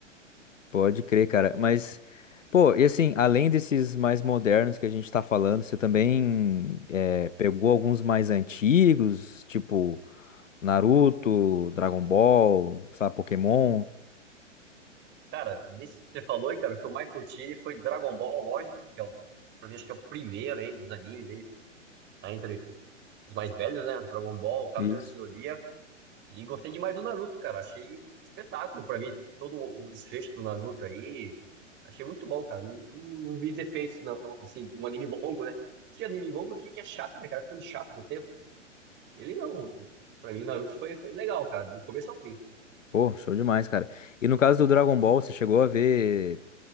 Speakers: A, on the left (about 80°); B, on the right (about 30°).
A: Pode crer, cara. Mas, pô, e assim, além desses mais modernos que a gente tá falando, você também eh, pegou alguns mais antigos, tipo Naruto, Dragon Ball, sabe, Pokémon?
B: Cara, desse que você falou, aí, cara, o que eu mais curti foi Dragon Ball, lógico, que é, o- pra mim, acho que é o primeiro aí dos animes aí, tá entre os mais velhos, né? Dragon Ball, Cavaleiro
A: Isso.
B: do Zodíaco. E gostei demais do Naruto, cara. Achei espetáculo pra mim todo o desfecho do Naruto aí. Achei muito bom, cara. Não, não vi defeitos, não. Assim, um anime longo, né? Que anime longo que, que é chato, né, cara? Ficando chato com o tempo. Ele não. Pra mim, Naruto foi, foi legal, cara, do começo ao fim.
A: Pô, show demais, cara. E no caso do Dragon Ball, você chegou a ver